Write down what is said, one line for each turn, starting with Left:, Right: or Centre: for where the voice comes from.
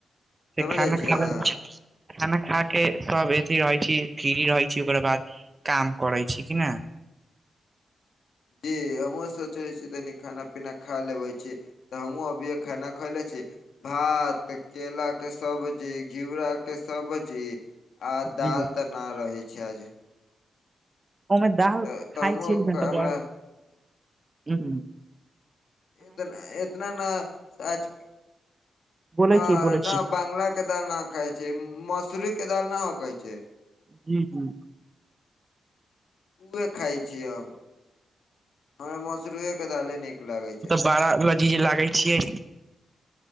Right: से
Left: समझै
Right: खाना
Left: छी
Right: खाबै
Left: अहाँ
Right: खाना खा के सभ अथि रहै छी फ्री रहै छी ओकरा बाद काम करै छी कि ना?
Left: जी हमहु सोचने छी कनी खाना पीना खा लेबे छी। त हमहूँ अभिये खाना खैले छी। ् भात, केलाक के सब्जी घिउराके सब्जी आ दाल
Right: जी
Left: त ना रहै छै आज
Right: ओमे दाल
Left: तऽ तऽ
Right: खइ
Left: हमहुँ
Right: छियै ने
Left: हमरा
Right: त गै, उ
Left: तऽ एना इतना नेज
Right: बोलै
Left: हँ,
Right: छी बोलै छी
Left: नहि बंगला के दालि न खााय छै, मसूरी के दालि न होकै छै।
Right: हू, हू।
Left: उह खाइ छियै हम, हमरा मशरूमेके दालि नीक लागैत छै।
Right: बारा ल बीज लागै छियै।